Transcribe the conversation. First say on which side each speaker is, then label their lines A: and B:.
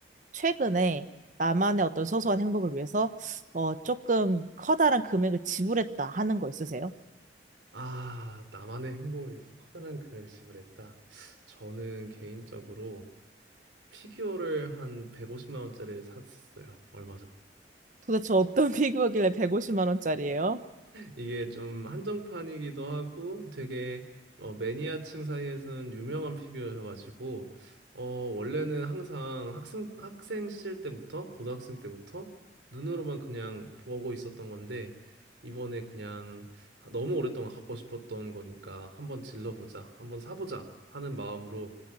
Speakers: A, on the right; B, on the right.
A: 최근에 나만의 어떤 소소한 행복을 위해서 어, 조금 커다란 금액을 지불했다 하는 거 있으세요?
B: 아, 나만의 행복을 위해서 커다란 금액을 지불했다. 저는 개인적으로 피규어를 한 150만 원짜리를 샀어요. 얼마 전에.
A: 도대체 어떤 <laughs> 피규어길래 150만 원짜리예요?
B: 이게 좀 한정판이기도 하고 되게 어, 매니아층 사이에서는 유명한 피규어여가지고 어, 원래는 항상 학생 학생 시절 때부터 고등학생 때부터 눈으로만 그냥 보고 있었던 건데 이번에 그냥 너무 오랫동안 갖고 싶었던 거니까 한번 질러보자, 한번 사보자 하는 마음으로